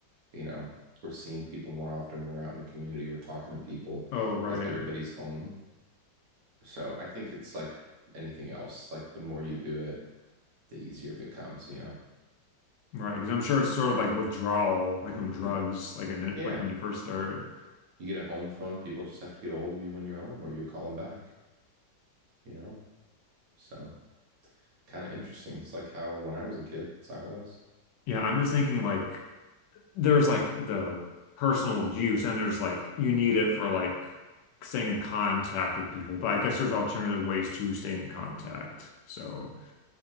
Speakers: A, on the right; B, on the left.
A: you know we're seeing people more often we're out in the community we're talking to people
B: Oh, right,
A: because everybody's home so i think it's like anything else like the more you do it the easier it becomes you know
B: right. Because I'm sure it's sort of like withdrawal, like
A: Mhm.
B: from drugs, like in it,
A: yeah
B: like when you first start.
A: you get a home phone people just have to get a hold of you when you're home or you call them back you know so kind of interesting it's like how when i was a kid that's how it was
B: Yeah, I'm just thinking like. there's like the personal juice and there's like you need it for like staying in contact with people but I guess there's alternative ways to stay in contact so